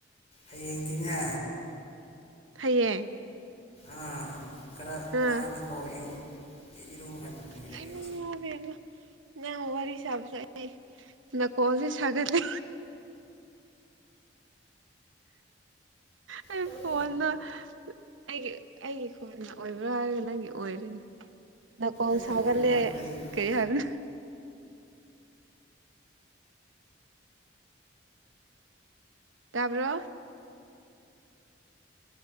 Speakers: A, on the left; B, on the right.
A: ꯍꯌꯦꯡꯗꯤꯅꯦ
B: ꯍꯌꯦꯡ
A: ꯑꯥ ꯈꯔ
B: ꯑꯥ
A: ꯅꯥꯟꯅꯀꯣ ꯏꯔꯨ ꯏꯔꯨꯍꯟꯕꯤꯔꯒꯦ
B: <unintelligible>
A: ꯑꯁꯤ
B: ꯅꯪ ꯋꯥꯔꯤ ꯁꯥꯕꯁꯦ ꯑꯩ ꯅꯥꯀꯣꯜꯁꯦ ꯁꯥꯒꯠꯂꯦ ꯍ ꯑꯩ
A: ꯐꯣꯟꯁꯦꯀꯣ
B: ꯐꯣꯟꯅ ꯑꯩꯒꯤ ꯑꯩꯒꯤ ꯈꯣꯟꯅ ꯑꯣꯏꯕ꯭ꯔꯥ ꯍꯥꯏꯔꯒ ꯅꯪꯒꯤ ꯑꯣꯏꯔꯤꯅꯤ ꯅꯥꯀꯣꯟ
A: ꯑꯩꯒꯤ
B: ꯁꯥꯒꯠꯂꯦ
A: ꯑꯣꯏꯕ ꯃꯥꯜꯂꯦ ꯑꯩꯒꯤ ꯑꯣꯏꯕ ꯃꯥꯜꯂꯦ
B: ꯀꯩ ꯍꯥꯏꯕꯅꯣ ꯇꯥꯕ꯭ꯔꯣ